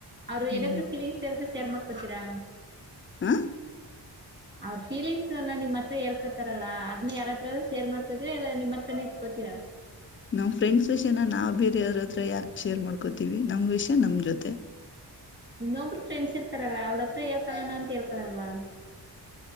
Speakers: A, on the right; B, on the left.
A: ಅವ್ರು
B: ಹ್ಮ್
A: ಏನಾದ್ರು
B: ಹ್ಮ್
A: ಫೀಲಿಂಗ್ಸ್ ಎಲ್್ರೆ ಶೇರ್ ಮಾಡ್ಕೋತೀರಾ.
B: ಹ.
A: ಅವ್ರ ಫೀಲಿಂಗ್ಸ್ ನ ನಿಮ್ಮ ಹತ್ರ ಹರ್ಕೋತಾರಲ್ಲ ಅದ್ನ ಯಾರತ್ರದ ಸೇರ್ ಮಾಡ್ಕೋತಿೀರಿ ಇಲ್ಲ ನಿಮ್ಮ ಹತ್ರ ನಿತ್ಕೋ. ತಿರ.
B: ನಮ್ ಫ್ರೆಂಡ್ಸ್ ವಿಷಯನ ನಾವವು್ ಬೇರೆ ಯಾರ ಹತ್ರ ಯಾಕ ಶೇರ್ ಮಾಡ್ಕೋತೀವಿ ನಮ್ ವಿಷಯ ನಮ್ ಜೊತೆ.
A: ಇನ್ನೊಬ್ರು ಫ್ರೆಂಡ್ಸ್ರ್ತಾರಲ್ಲ ಅವ್ರ ಹತ್ರ ರ್ಕಳಣ ಅಂತೇಳ್ಕಳಲ್ವಾ.